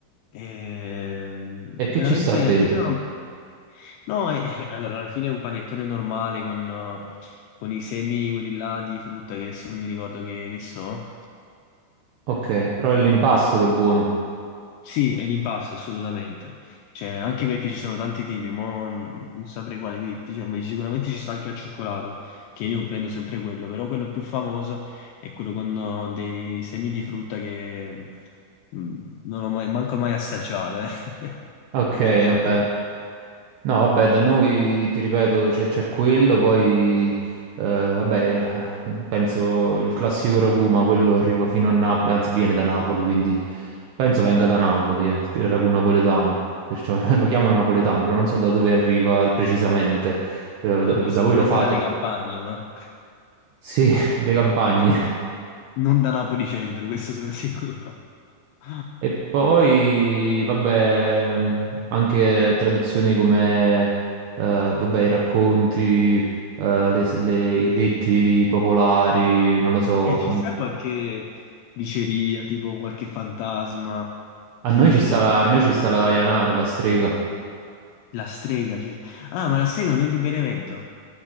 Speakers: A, on the left (about 85°); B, on the right (about 80°).
A: Ehm,
B: E che
A: veramente,
B: ci sta dentro?
A: io... No, eh, <laughs> allora, alla fine è un panettone normale con, eh, con i semi, quelli là di frutta che adesso non mi ricordo che, che so.
B: Ok, però è l'impasto che è buono.
A: Sì, è l'impasse assolutamente. Cioè, anche perché ci sono tanti tipi, mo n- non saprei quale dirti. Cioè, beh, sicuramente ci sta anche al cioccolato, che io prendo sempre quello, però quello più famoso è quello con eh, dei semi di frutta che mm, non ho mai, manco mai assaggiato, eh. <laughs>
B: Ok,
A: E Me ne vergogno
B: vabbè.
A: un po'.
B: No, vabbè, da noi ti ripeto, c'è c'è quello, poi eh, vabbè, penso il classico ragù, ma quello arriva fino a Napoli, anzi viene da Napoli, quindi penso venga da Napoli, eh, il ragù napoletano, perciò <laughs> lo chiamano napoletano, però non so da dove arriva precisamente. Eh, da,
A: Vabbè,
B: da
A: sicuramente
B: voi lo fate?
A: dalle campagne, no?
B: Sì, <laughs> dei campagne.
A: <laughs> Non da Napoli centro, questo sono sicuro. <laughs>
B: E poi, vabbè, mh, anche tradizioni come, eh, vabbè, i racconti, eh, le, le- i detti popolari, non lo so.
A: Eh, ci sta qualche diceria, tipo qualche fantasma
B: A
A: che...
B: noi ci sta la, a noi ci sta la Dayanara, la strega.
A: La strega ci... Ah, ma la strega non è di Benevento?